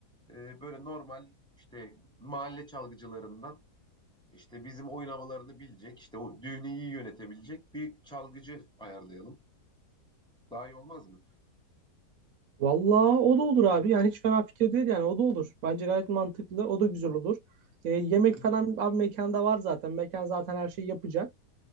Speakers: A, in the centre; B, on the right.
A: e, böyle normal işte mahalle çalgıcılarından işte bizim oynamalarını bilecek, işte o düğünü iyi yönetebilecek bir çalgıcı ayarlayalım. Daha iyi olmaz mı?
B: Vallahi o da olur abi. Yani hiç fena fikir değil yani o da olur. Bence gayet mantıklı. O da güzel olur. E, yemek
A: Hı hı,
B: falan abi mekanda var zaten. Mekan zaten her şeyi yapacak.